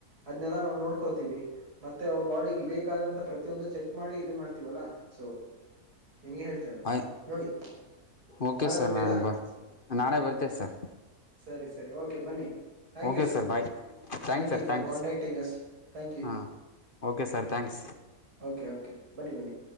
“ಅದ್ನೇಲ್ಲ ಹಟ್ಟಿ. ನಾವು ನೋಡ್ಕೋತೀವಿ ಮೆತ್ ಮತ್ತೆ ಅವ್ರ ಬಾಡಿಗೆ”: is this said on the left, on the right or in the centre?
Right